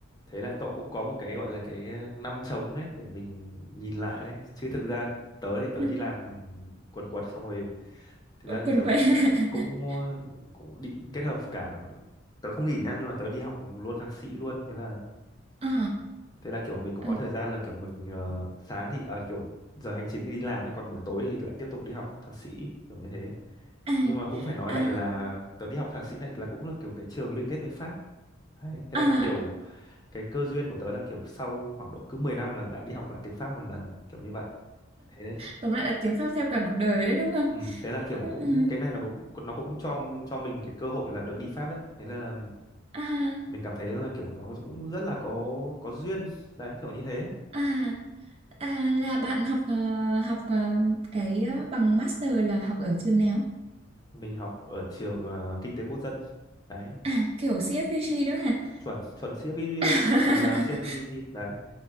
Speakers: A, on the left; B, on the right.
A: thế là cậu cũng có một cái gọi là cái ờ, năm trống đấy để mình nhìn lại đấy chứ thực ra tớ thì tớ
B: <laughs>
A: đi làm quần quật xong rồi thực ra thì
B: Quên
A: tớ
B: quên.
A: cũng cũng
B: <laughs>
A: ờ, cũng định kết hợp cả tớ không nghỉ nhá nhưng mà tớ đi học luôn thạc sĩ luôn thế là
B: Ờ,
A: thế là kiểu mình cũng
B: ừ,
A: có thời gian là kiểu mình ờ, sáng thì ờ, kiểu giờ hành chính thì đi làm ấy còn buổi tối thì lại tiếp tục đi học thạc sĩ kiểu như thế
B: à,
A: nhưng mà cũng phải nói
B: à,
A: lại là tớ đi học thạc sĩ này là cũng là kiểu cái trường liên kết với Pháp đấy thế
B: à.
A: là kiểu cái cơ duyên của tớ là kiểu sau khoảng độ cứ 10 năm là lại đi học lại tiếng Pháp một lần kiểu như vậy thế đấy.
B: Tóm lại là tiếng Pháp theo cả cuộc đời rồi đấy đúng không?
A: Ừ, thế là
B: Ờ,
A: kiểu cũng
B: ờ,
A: cái này nó cũng nó cũng cho cho mình cái cơ hội là được đi Pháp đấy thế là
B: ờ. À,
A: mình cảm thấy là kiểu nó cũng rất là có có duyên đấy kiểu như thế
B: à, à là bạn học ờ, học ờ, cái ờ, bằng master là học ở trường nào?
A: mình học ở trường ờ, kinh tế quốc dân đấy
B: À kiểu CFVG đó hả?
A: chuẩn chuẩn CFVG
B: <laughs>
A: luôn mình là CFVG đấy